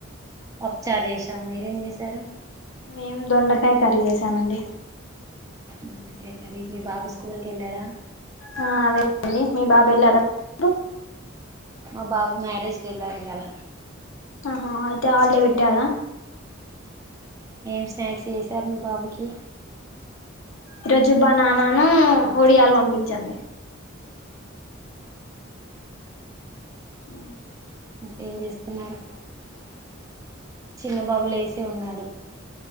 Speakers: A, on the right; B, on the left.
A: పప్ చారు చేసాం మీరేం చేశారు
B: మేం దొండకాయ కర్రీ చేసామండి
A: దొండకాయ కర్రీ మీ బాబు స్కూల్ కెళ్ళాడా
B: ఆ అవేళ్ళాడండి మీ బాబు వెళ్ళాడ కు
A: మా బాబు మ్యారేజ్ కి వెళ్ళాడు ఇవాళ
B: ఆహా అయితే హాలిడే పెట్టాడా
A: ఏం స్నాక్స్ చేసారు మి బాబుకి
B: ఈరోజు బనానాను ఒడియాలు పంపించాండి ఆ
A: ఇంకేం చేస్తున్నారు చిన్న బాబు లేసి ఉన్నాడు